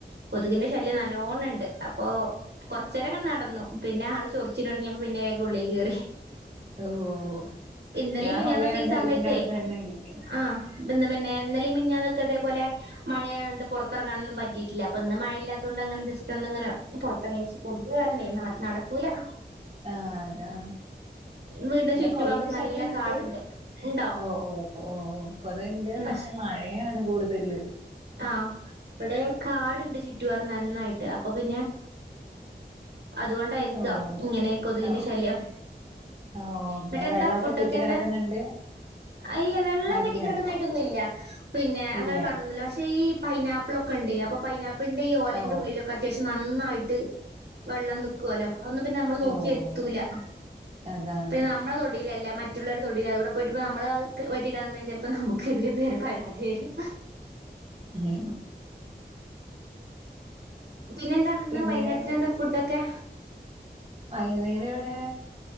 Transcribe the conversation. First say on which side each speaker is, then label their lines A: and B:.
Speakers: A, on the right (about 65°); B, on the right (about 35°).
A: കൊത്കിന്റെ ശല്ല്യം നല്ലോണം ഇണ്ട് അപ്പൊ കൊർച്ചേരം ഇങ്ങനെ നടന്നു പിന്നെ ആൾ ചൊർച്ചിൽ തൊടങ്ങിയെപ്പോ പിന്നെ ആയിന്റെ ഉള്ളിൽ കേറി
B: ഓ
A: ഇന്നെലിം
B: ഞാൻ
A: മിനിഞ്ഞാന്നൊക്കെ
B: മഴയായോണ്ട്
A: ഈ സമയത്തെയ്
B: ഇതിന്റെ അടുത്ത് തന്നെ ഇരിക്കുന്നു
A: ആഹ് ഇബെന്ന് പിന്നെ ഇന്നെലിം മിഞ്ഞാന്നോക്കെ ഇതെപോലെ മഴ ആയോണ്ട് പെർത്ത് എറങ്ങാനൊന്നും പറ്റീട്ട് ഇല്ലാ അപ്പ ഇന്ന് മഴയില്ലാത്തോണ്ട് അങ്ങനെണ്ട് ജസ്റ്റ് ഒന്ന് ഇങ്ങനെ പൊർത്തെർങ്ങിന്ന് വെച്ച് കൊത്ക് കാരണെയ് നട് നടക്കൂലാ
B: ആഹ് അതാണ്
A: വീടിന്റെ
B: ഇബടെ
A: ചുറ്റുഭാഗം
B: കൊതുകിന്റെ
A: നല്ല
B: ശല്ല്യം ഉണ്ട്
A: കാടുണ്ട് ഇണ്ടോ
B: ഓഹ് ഓഹ് ഓഹ് ഓഹ് കെറെ ഇണ്ട്
A: ന്ന
B: പക്ഷെ മഴയാണ് കൂട് ഇത് ഇള്ളെയ്
A: ആഹ് ഇവടെ കാട് ഇണ്ട് ചുറ്റുപാറും നന്നായിട്ട് അപ്പൊ പിന്നെ അതുകൊണ്ടായിരിക്കാം
B: ഓ
A: ഇങ്ങനെ കൊതുകിന്റെ
B: ഓ
A: ശല്ല്യം
B: ഓക്കെ
A: ഇങ്ങെട്ട്
B: വെള്ളമൊക്കെ
A: എന്താ ഫുഡ്
B: കെട്ടി
A: ഒക്കെ
B: കിടക്കുന്നുണ്ട്
A: ഇന്ന്. ഇല്ല വെള്ളം
B: മാറ്റിയാ
A: കെട്ടി കെടക്കുന്നതായി
B: മതി
A: ട്ട് ഒന്നും ഇല്ലാ പിന്നെ അങ്ങനെ
B: ഇല്ല
A: കാണുന്നില്ലാ പക്ഷെ ഈ പൈനാപ്പിളൊക്കെ ഇണ്ടെയ് അപ്പ പൈനാപ്പ് പ്പ്ൾന്റെ ഈ ഓലന്റെ
B: ഓ
A: ഉള്ളിലൊക്കെ അത്യാവ്ശ്യം നന്നായിട്ട് വെള്ളം നിക്കോലോ അതൊന്നും പിന്നെ നമ്മൾ നോക്കി
B: ഓ
A: എത്തുലാ
B: അതാണ്
A: പിന്നെ നമ്മളെ തൊടിൽ അല്ലാ മറ്റ് റ്റ് ഇള്ളൊരെ തൊടിലാ അവ്ടെ പോയിട്ട്പ്പോ നമ്മൾ അതൊക്കെ വെട്ടിടാം നിന്നാ ചെൽപ്പം നമ്മുക്കെതിരെ പേര് പരാതി വെരും
B: ഉം
A: പിന്നെ എന്താ ഇന്ന്
B: പിന്നെ
A: വൈന്നേര്ത്തിന് എന്താ ഫുഡ് ഒക്കെ?
B: വൈകന്നേരം ഇവടെ